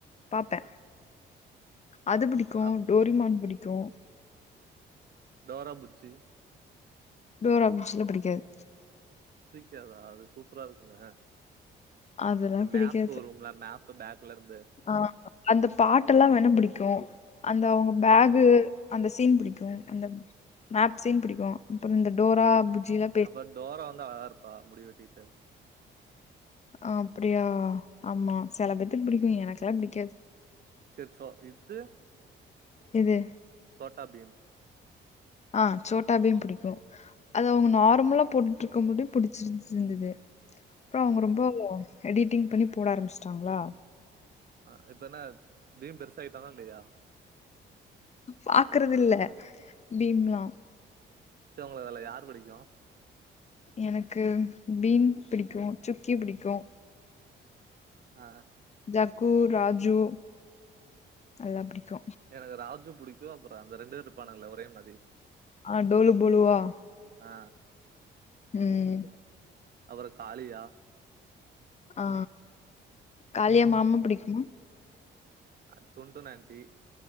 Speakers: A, on the left; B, on the right.
A: பாப்பே அது புடிக்கு
B: அப்
A: டோரிமான் புடிக்கு
B: டோரா புஜ்ஜி
A: டோரா புஜ்ஜில்லா புடிக்காது
B: புடிக்காதா அது சூப்பரா இருக்குங்க
A: அதெல்லாம்
B: மேப்பு
A: பிடிக்காது
B: வரும்ல மேப்பு பேக்ல இருந்து
A: ஆ அந்த பாட்டெல்லா வேணா புடிக்கு அந்த அவங்க
B: அ
A: பேகு அந்த சீன் பிடிக்கு அந்த மேப் சீன் பிடிக்கு அப்றோ இந்த டோரா புஜ்ஜில
B: அப்றோ டோரா வந்து அழகா இருப்பா முடி வெட்டிட்டு
A: ஆ அப்படியா ஆமா செல பேத்துக்கு பிடிக்கு எனக்கெல்லா பிடிக்காது
B: சேர் சோ இது
A: இது
B: சோட்டாபீம்
A: ஆ சோட்டா பீம் புடிக்கு அது அவுங்க நார்மலா போட்டுருக்க போதே பிடிச்சிருச்ருந்தது அப்றோ அவுங்க
B: ம்
A: ரொம்போ எடிட்டிங் பண்ணி போட ஆரம்பிச்சுட்டாங்ளா
B: ஆ இப்ப என்ன பீம் பெருசாகிட்டானா இல்லையா
A: பாக்குறது இல்லை பீம்லா
B: ச உங்கள அதுல யாரு பிடிக்கு
A: எனக்கு பீம் பிடிக்கு ஜிம்கி பிடிக்கு
B: ஆ
A: ஜக்கூ ராஜு நல்லா பிடிக்கு
B: எனக்கு ராஜு பிடிக்கு அப்றோ அந்த ரெண்டு பேர் இருப்பானுங்களல ஒரே மதி
A: ஆ டோலு போழுவா
B: ஆ
A: ம்
B: அப்றோ காளியா
A: ஆ காளியா மாமா பிடிக்குமா
B: அ டுண்டு நென்டி